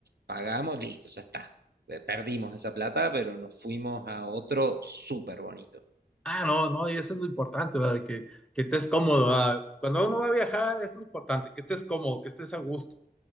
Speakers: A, on the right; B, in the centre.
A: pagamos, listo, ya está. Eh, Perdimos esa plata, pero nos fuimos a otro súper bonito.
B: Ah, no, no, y eso es lo importante, ¿verdad? Que, que estés cómodo, ¿verdad? Cuando uno va a viajar es lo importante, que estés cómodo, que estés a gusto.